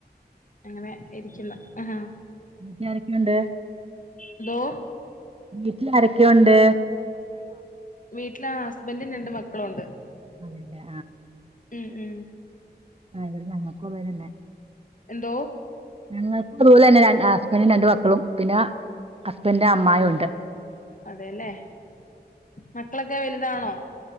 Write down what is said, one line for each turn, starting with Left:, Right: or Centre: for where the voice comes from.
Left: അങ്ങനെ ഇരിക്കുന്നു ആഹ്
Right: വീട്ടി ആരൊക്കെ ഒണ്ട്
Left: എന്തോ
Right: വീട്ടില് ആരൊക്കെ ഒണ്ട്
Left: വീട്ടില് ഹസ്ബൻഡും രണ്ട് മക്കളും ഒണ്ട്
Right: അതേല്ലാ
Left: മ്ഹ് മ്ഹ്
Right: ആഹ് ഇവിടെ നമുക്കും അത് പോലെ തന്നെ
Left: എന്തോ
Right: ഞങ്ങക്കും അതു പോലെ തന്നെ രൺ ഹസ്ബൻഡും രണ്ടു മക്കളും പിന്നെ ഹസ്ബൻഡിന്റെ അമ്മായും ഒണ്ട്
Left: അതേല്ലേ മക്കളൊക്കെ വെലുതാണോ